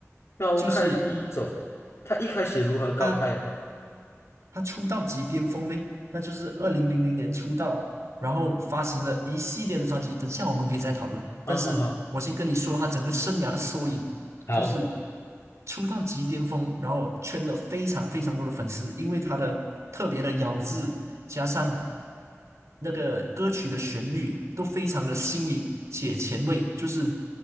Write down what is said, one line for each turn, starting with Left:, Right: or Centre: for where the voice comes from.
Left: 高开低走，
Right: 就是
Left: 他一开始如何高开啊？
Right: 他他出道即巅峰呗，那就是二零零零年出道，然后发行了一系列的专辑。等下我们可以再讨论，但是我先跟你说，
Left: 好好好，
Right: 他整个生涯的缩影就是
Left: 好，
Right: 出道即巅峰，然后圈了非常非常多的粉丝，因为他的特别的咬字，加上那个歌曲的旋律都非常的新颖且前卫，就是